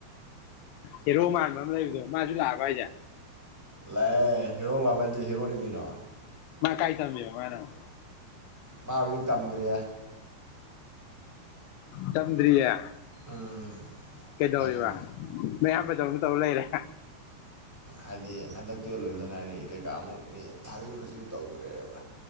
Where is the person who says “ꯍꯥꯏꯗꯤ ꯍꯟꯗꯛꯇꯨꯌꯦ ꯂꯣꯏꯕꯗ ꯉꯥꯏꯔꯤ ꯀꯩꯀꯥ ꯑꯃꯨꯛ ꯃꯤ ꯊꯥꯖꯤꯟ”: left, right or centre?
Centre